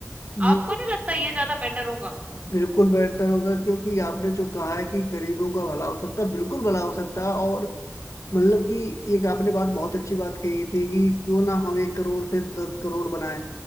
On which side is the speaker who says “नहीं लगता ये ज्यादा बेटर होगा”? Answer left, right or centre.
Right